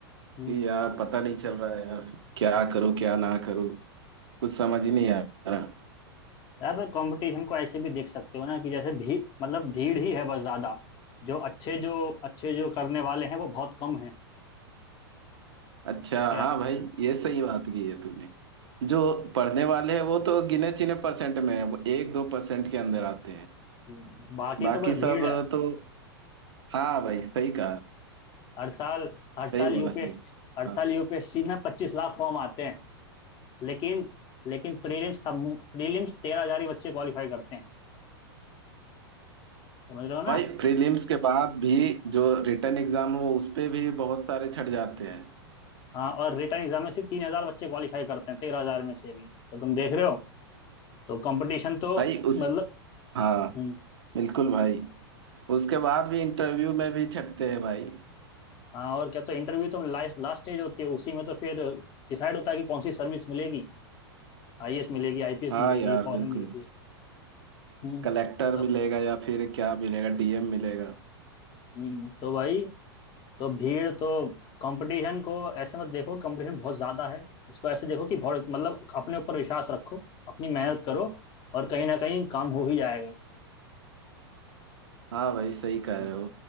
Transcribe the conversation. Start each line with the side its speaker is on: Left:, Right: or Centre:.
Left: हम्म
Right: कि यार पता नहीं चल रहा है यार क्या करूं क्या ना करूं कुछ समझ ही नहीं आ रहा
Left: यार पर कंपटीशन को ऐसे भी देख सकते हो ना कि जैसे भी मतलब भीड़ ही है बस ज्यादा जो अच्छे जो अच्छे जो करने वाले हैं वो बहुत कम हैं
Right: अच्छा
Left: ठीक है
Right: हाँ भाई ये सही बात की है तूने जो पढ़ने वाले हैं वो तो गिने चुने परसेंट में है वो एक दो परसेंट के अंदर
Left: हम्म,
Right: आते हैं
Left: हम्म, बाकी
Right: बाकी
Left: तो बस भीड़
Right: सब
Left: है
Right: तो हाँ भाई सही कहा
Left: हर साल हर साल
Right: सही बोला
Left: यूपीएस
Right: सही
Left: हर
Right: हाँ
Left: साल यूपीएससी में पच्चीस लाख फॉर्म आते हैं लेकिन लेकिन प्रीलिम्स का प्रीलिम्स तेरह हजार ही बच्चे क्वालिफाई करते हैं समझ रहे हो ना
Right: भाई प्रीलिम्स के बाद भी जो रिटर्न एग्जाम हो उस पे भी बहुत सारे छट जाते हैं
Left: हाँ और रिटर्न एग्जाम में सिर्फ तीन हजार बच्चे क्वालिफाई करते हैं तेरह हजार में से भी तो तुम देख रहे हो तो कंपटीशन तो
Right: भाई उस
Left: मतलब
Right: हाँ
Left: हम्म,
Right: बिल्कुल भाई उसके बाद भी इंटरव्यू में भी छटते हैं भाई
Left: हाँ और क्या तो इंटरव्यू तो लास्ट लास्ट स्टेज होती है उसी में तो फिर डिसाइड होता है कि कौन सी सर्विस मिलेगी आईएएस मिलेगी आईपीएस
Right: हाँ
Left: मिलेगी
Right: यार
Left: फॉरेन
Right: बिल्कुल
Left: मिलेगी हम्म
Right: कलेक्टर
Left: तो
Right: मिलेगा या फिर क्या मिलेगा डीएम मिलेगा
Left: हम्म तो भाई तो भीड़ तो कंपटीशन को ऐसे मत देखो कंपटीशन बहुत ज्यादा है इसको ऐसे देखो कि बहुत मतलब अपने ऊपर विश्वास रखो अपनी मेहनत करो और कहीं ना कहीं काम हो ही जाएगा
Right: हाँ भाई सही कह
Left: हम्म,
Right: रहे हो